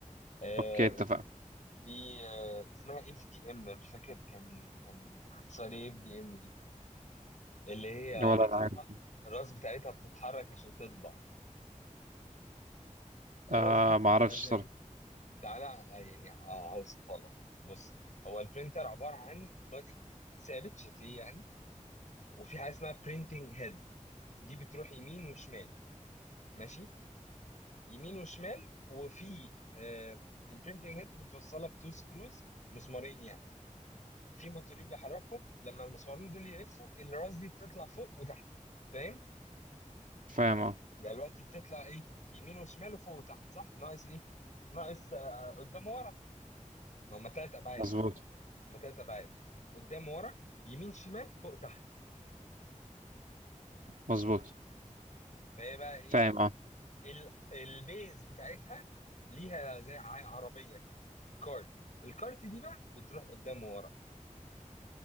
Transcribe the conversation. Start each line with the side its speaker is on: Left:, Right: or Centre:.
Left: آه،
Right: اوكي اتفقنا
Left: دي آه، اسمها اف دي ام مش فاكر كان كان اختصار ايه اف دي ام دي اللي هي
Right: ولا
Left: بتطبع
Right: العارف
Left: الراس بتاعتها بتتحرك عشان تطبع الراس
Right: آه
Left: دي بتبقى
Right: ما اعرفش
Left: زي
Right: صراحة
Left: تعالى آه، يعني هوصفها لك بص هو البرينتر عبارة عن بادي ثابت شاسيه يعني وفي حاجه اسمها برينتنج هيد دي بتروح يمين وشمال ماشي يمين وشمال وفي البرينتنج هيد بتوصلها بتو سكروز مسمارين يعني في موتورين بيحركهم لما المسمارين دول يلفوا الراس دي بتطلع فوق وتحت فاهم
Right: فاهم اه
Left: يعني دلوقتي بتطلع ايه يمين وشمال وفوق وتحت صح ناقص ايه ناقص آه، قدام ورا ما هم ثلاث ابعاد
Right: مظبوط
Left: هم ثلاث ابعاد قدام ورا يمين شمال فوق تحت
Right: مظبوط
Left: فهي بقى ايه
Right: فاهم اه
Left: ال- البيز بتاعتها ليها زي ع- عربيه كده كارت الكارت دي بقى بتروح قدام وورا